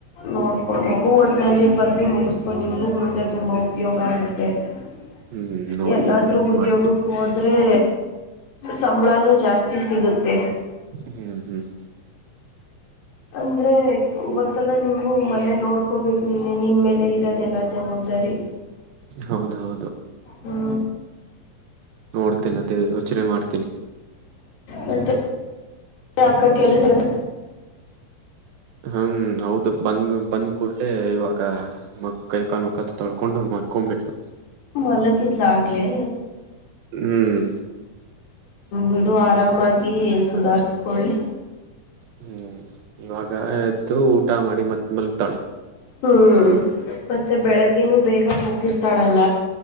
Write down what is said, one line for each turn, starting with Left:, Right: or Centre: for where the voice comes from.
Left: ನೋಡ್ಕೊಂಡು ಹೋಗು ಒಟ್ಟಿನಲ್ಲಿ ಪದವಿ ಮುಗಿಸ್ಕೊ ನಿಂಗು ಮುಂದೆ ತುಂಬ ಉಪಯೋಗ ಆಗುತ್ತೆ. <unintelligible>
Right: ಹ್ಮ್ ನೋಡ್ತೀನಿ
Left: ಎಲ್ಲಾದ್ರೂ
Right: ನೋಡ್ತೀನಿ
Left: ಉದ್ಯೋಗಕ್ಕ
Right: ಮಾಡ್ತೀನಿ
Left: ಹೋದರೆ ಸಂಬಳಾನು ಜಾಸ್ತಿ ಸಿಗುತ್ತೆ.
Right: ಹ್ಮ್ ಹ್ಮ್
Left: ಅಂದ್ರೆ ಗೊತ್ತಲ್ಲ ನೀವು ಮನೆ ನೋಡ್ಕೋಬೇಕು ನೀನೆೇ ನಿನ್ ಮೇಲೆ ಇರೋದೆಲ್ಲ ಜವಾಬ್ದಾರಿ.
Right: ಹೌದ ಹೌದು
Left: ಹ್ಞೂ
Right: ನೋಡ್ತೇನೆ ಅದೇ ಯೋಚನೆ ಮಾಡ್ತೀನಿ.
Left: ಮತ್ತೆ ಅಕ್ಕ ಕೆಲಸ ಅದ
Right: ಹ್ಮ ಹೌದು ಬಂದ್ ಬಂದ್ ಕೂಡ್ಲೆೇ ಇವಾಗ ಮ ಕೈ ಕಾಲು ಮುಖ ತೊಳಕೊಂಡು ಮಕ್ಕೊ ಬಿಟ್ಟಲು
Left: ಮಲಗಿದ್ಲಾಗ್ಲೇ
Right: ಹ್ಮ್
Left: ಬಿಡು ಆರಾಮಾಗಿ ಸುಧಾರಿಸ್ಕೊಳ್ಳಿ
Right: ಹ್ಮ್ ಇವಾಗ ಎದ್ದು ಊಟ ಮಾಡಿ ಮತ್ತೆ ಮಲ್ಗ್ತಾಳೆ.
Left: ಹ್ಮ್ ಮತ್ತೆ ಬೆಳಗ್ಗೆನು ಬೇಗ ಹೋಗಿರ್ತಾಳಲ್ಲ.